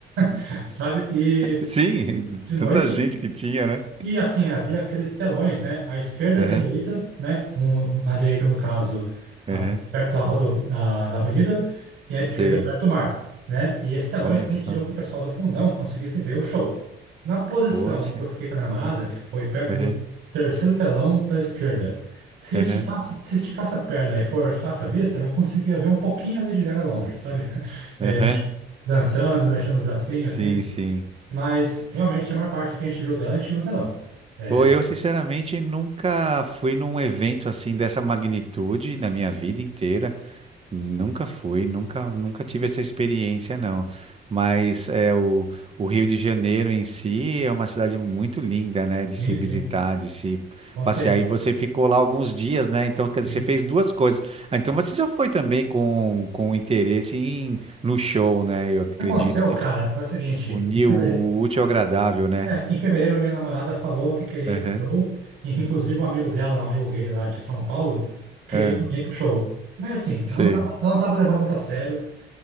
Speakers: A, on the right; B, on the right.
A: <laughs> sabe? E
B: Sim, <laughs>
A: de noite
B: tanta gente que tinha, né?
A: e assim, havia aqueles telões, né? À esquerda
B: Aham,
A: e à direita, né? Um, na direita, no caso, a-
B: aham,
A: perto da, rodo, da, da avenida, e à esquerda,
B: sei.
A: perto do mar, né? E esses telões
B: Olha
A: permitiram
B: só,
A: que o pessoal do fundão conseguisse ver o show. Na posição
B: poxa.
A: em que eu fiquei com a minha namorada, que foi perto
B: Aham,
A: do terceiro telão pela esquerda, se
B: aham,
A: esticasse, se esticasse a perna e forçasse a vista, eu conseguia ver um pouquinho a Lady Gaga longe, sabe? <laughs> É,
B: aham.
A: mex- dançando, mexendo os bracinhos,
B: Sim,
A: assim.
B: sim.
A: Mas realmente a maior parte do que a gente viu dela, a gente viu no telão. É,
B: Pô, eu sinceramente nunca fui num evento assim dessa magnitude na minha vida inteira. Nunca fui, nunca, nunca tive essa experiência, não. Mas é o, o Rio de Janeiro em si é uma cidade muito linda, né? De
A: Sim,
B: se
A: sim,
B: visitar, de se
A: com
B: passear.
A: certeza.
B: E você ficou lá alguns dias, né? Então,
A: Sim.
B: quer dizer, você fez duas coisas. Ah, Então, você já foi também com, com interesse em, no show, né? Eu acredito
A: O que aconteceu,
B: que
A: cara,
B: já
A: foi o seguinte,
B: Unir
A: em fevereiro,
B: o útil ao agradável, né?
A: é, em fevereiro a minha namorada falou que queria
B: Aham,
A: ir pro show, e que inclusive um amigo dela, um amigo gay lá de São Paulo, queria
B: aham,
A: ir também pro show. Mas assim,
B: sei.
A: ela não tava, ela não tava levando muito a sério.